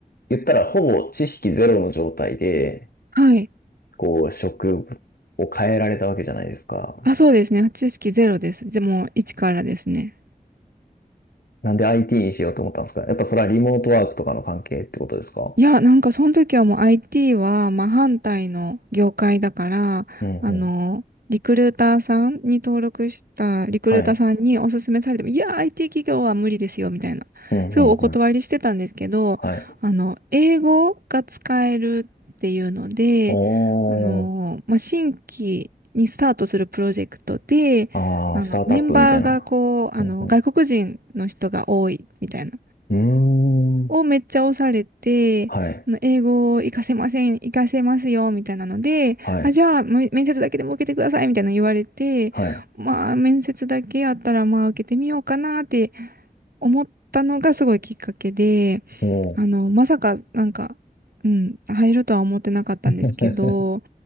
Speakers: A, on the left (about 85°); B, on the right (about 80°).
A: 言ったら、ほぼ知識ゼロの状態で、
B: はい。
A: こう、職を変えられたわけじゃないですか。
B: あ、そうですね。知識ゼロです。でも、1からですね。
A: なんで IT にしようと思ったんですかやっぱそれはリモートワークとかの関係ってことですか
B: いや、なんかその時はもう IT は真反対の業界だから、
A: うんうん。
B: あの、リクルーターさんに登録したリクルーターさんにお勧めされても、
A: はい。
B: いや、IT 企業は無理ですよ、みたいな。
A: うんうんうん。
B: すごいお断りしてたんですけど、
A: はい。
B: あの、英語が使えるっていうので、
A: おー。
B: あの、まあ、新規にスタートするプロジェクトで、
A: ああ、
B: あの、
A: スタートアップみたいな。
B: メンバーがこう、あの、
A: うん
B: 外国人の人が多いみたいな。
A: うん。うーん。
B: をめっちゃ押されて、
A: はい。
B: あの英語を活かせません、活かせますよ、みたいなので、
A: はい。
B: あ、じゃあ、め面接だけでも受けてください、みたいなの言われて、
A: はい。
B: まあ、面接だけやったら、まあ、受けてみようかなって思ったのがすごいきっかけで、
A: おー
B: あの、まさか、なんか、うん、入るとは思ってなかったんですけど、
A: <laughs>